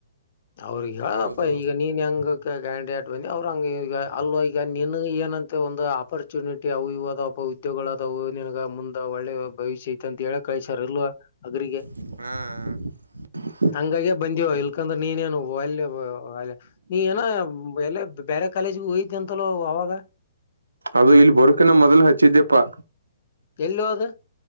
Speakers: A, on the left; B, on the right.
A: ಅವ್ರಿಗೆ ಹೇಳದಪ್ಪ
B: ಹೌದು
A: ಈಗ ನೀನ್ ಹೆಂಗ ಕ್ಯಾಂಡಿಡೇಟ್ ಬನ್ನಿ ಅವರುಂಗ ಈಗ ಅಲ್ಲ ಈಗ ನಿನ ಏನಂತೆ ಒಂದು ಅಪರ್ಚುನಿಟಿ ಅವು ಇವು ಐದವಪ ಉದ್ಯೋಗಗಳಾದ ನಿನಗ ಮುಂದ ಒಳ್ಳೆ ಭವಿಷ್ಯ ಐತೆ ಅಂತ ಹೇಳ ಕಳ್ಸಾರ ಅಲ್ವ ಅಗ್ರಿಗೆ
B: ಹ್ಮ್
A: ಹಂಗಗೆ ಬಂದಿವವ ಇಲ್ಕಂದ್ರೆ ನೀನೇನು ಒಲ್ಲ ಅಲ್ಯ ನೀ ಏನ ಎಲ್ಲ ಬೇರೆ ಕಾಲೇಜುಗೆ ಹೋಯ್ದ ಅಂತಲ್ಲೋ ಅವಾಗ
B: ಅದು ಇಲ್ಲಿ ಬರಕಿನ ಮೊದ್ಲು ಹಚ್ಚಿದ್ದ್ಯಪ್ಪಾ.
A: ಎಲ್ಲೋ ಅದು